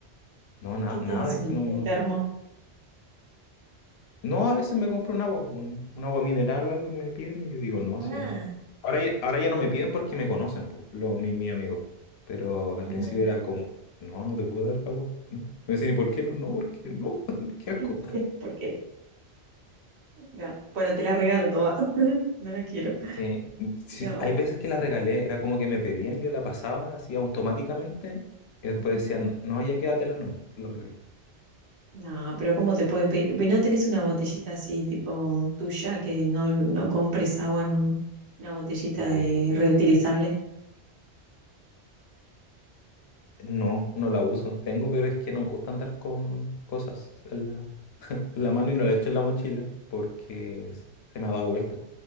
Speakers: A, on the left; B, on the right.
A: No, na-
B: ¿Qué tienes
A: nada, es
B: un,
A: que no,
B: un
A: no,
B: termo?
A: No, a veces me compro un agua, pues, un, un agua mineral o algo y me piden y yo digo, no,
B: Ah,
A: si no. Ahora ya, ahora ya no me piden porque me conocen, pues, los, mi, mi amigo. Pero al
B: ujú.
A: principio era como, no, no te puedo dar agua, no. Y me decían, ¿y por qué no? No, porque no, <laughs>
B: <laughs>
A: qué asco.
B: Porque no. Bueno, te la regalo toda. <laughs> No la quiero.
A: Sí, sí,
B: No.
A: hay veces que la regalé, era como que me pedían y yo la pasaba así automáticamente y después
B: ujú.
A: decían, no, ya quédatela nomás, te la regalo.
B: No, pero ¿cómo te pueden pedir? ¿No tenés una botellita así, tipo tuya, que no, no compres agua en un- una botellita
A: Eh,
B: de reutilizable?
A: no, no la uso, tengo, pero es que no me gusta andar con cosas en la, en la mano y no la echo en la mochila porque s- se me ha dado vuelta.